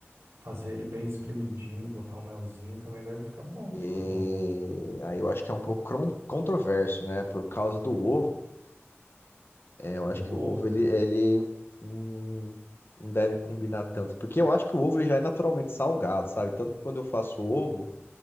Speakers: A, on the right; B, on the left.
A: Fazer ele bem espremidinho, botar um melzinho também deve ficar bom,
B: E
A: como
B: aí eu acho que é um pouco cron- controverso, né? Por causa do ovo. É, eu
A: do
B: acho que
A: ovo,
B: o ovo ele,
A: cara.
B: ele hum, não deve combinar tanto. Porque eu acho que o ovo já é naturalmente salgado, sabe? Tanto que quando eu faço ovo.